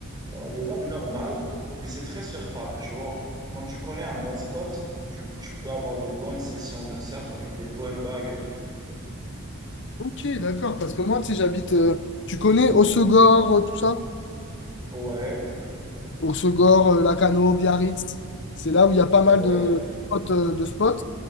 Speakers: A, on the right; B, on the left.
A: On a des vagues normales, mais c'est très surfable, tu vois. Quand tu connais un bon spot, tu, tu peux avoir des bonnes sessions de surf avec des bonnes vagues et tout.
B: Ok, d'accord, parce que moi, tu sais, j'habite. euh, tu connais Hossegor, euh, tout ça?
A: Ouais,
B: Hossegor, euh, Lacano, Biarritz. C'est là où il y a pas mal
A: ouais,
B: de spots. euh, de spots.